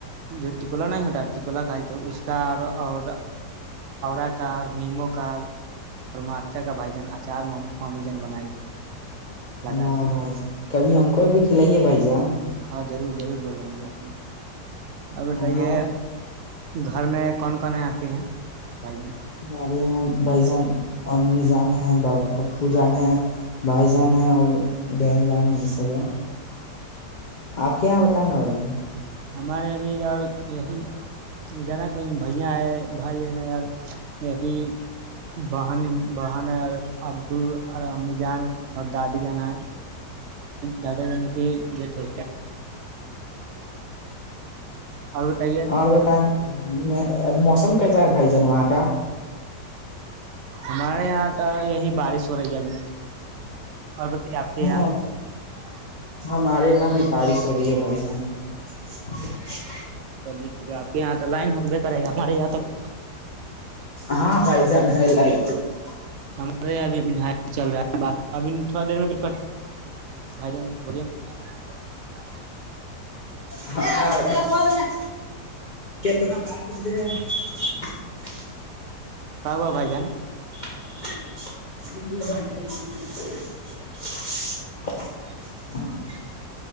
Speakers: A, on the right (about 80°); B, on the left (about 70°).
A: جو ٹکولا نہیں ہوتا ٹکولا کا تو اس کا اور آا <inaudible> کا نیمو کا اورمارچا کا بھجان اچار ماممی جان بنائی لگائی
B: واہ
A: ہے
B: وائی جان کبھی ہم کوئی بھی کلائیے بھ جان
A: ہاں ضرور ضرور بول جائیں گے آ اور بتائیے
B: ہاں اور
A: گھر میں کون کون ہیں آپ کے یہاں بھائی جان
B: ہمارے یہاں بھائی جان امی جان ہے پپو جان ہے بھائی جان ہے اور بہن جان یہ سب ہے آپ کے یہاں بتائے نا بھائی جان
A: ہمارے یہبھی اور یہی ج نا کوئی بھیا ہے بھائی یہی ب بہن اببو اور امی جان اور دادی جان ہےا دادا جان کی ڈیٹ ہو اور بتائیے
B: اورر ب تن میں موسم کیسا ہے بھائی جان وہاں کا
A: ہمارے یہاں تو یہی بارش ہو رہی ہے ابھی اور بتے آپ کے
B: ہاں
A: یہاں <unintelligible>
B: ہمارے یہاں بھی بارش ہو رہی ہے بھائی جان <unintelligible>
A: چلیے ٹھیک ہے آپ یہاں لائن ہوک دیک <unintelligible> کرے گا ہمارے یہاں تک <unintelligible>
B: ہاں بھائی جان ہے لائٹ <unintelligible>
A: ہمارے یہاںبھی اب نہ چل رہا ہے بات ابھی تھوڑا دیر میں کرکٹ بھائی جان بولیا <unintelligible>
B: ہاں کتنا بھائیے <unintelligible>
A: ک ہوا بھائی جان <unintelligible>
B: ج <inaudible>